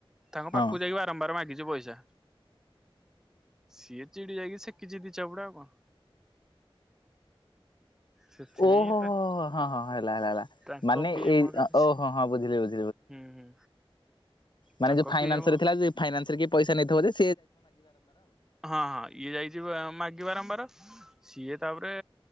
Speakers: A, in the centre; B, on the left.
A: ତାଙ୍କ
B: ହଁ।
A: ପାଖୁକୁ ଯାଇକି ବାରମ୍ବାର ମାଗି ଚି ପଇସା ସିଏ ଚିଡ଼ି ଯାଇକି ସେକିଚି ଦି ଚାପୁଡ଼ା ଆଉ କଣ। ସେଥିପାଇଁ
B: ଓହୋ
A: ତା
B: ହୋ ହଁ ହଁ ହେଲା ହେଲା ହେଲା
A: ତାଙ୍କ
B: ମାନେ
A: ବି ଏମ
B: ଏଇ
A: ହରିକା କିଛି
B: ଓହୋ ହଁ ବୁଝିଲି ବୁଝ
A: ହୁଁ ହୁଁ।
B: ମାନେ
A: ତାଙ୍କ
B: ଯୋଉ ଫାଇନାନ୍ସରେ
A: ବି ଏମ
B: ଥିଲା ଯେ ଫାଇନାନ୍ସରେ କିଏ ପଇସା ନେଇ <unintelligible>
A: ହଁ ହଁ ଇଏ ଯାଇଛି ମାଗ ବାରମ୍ବାର ସିଏ ତାପରେ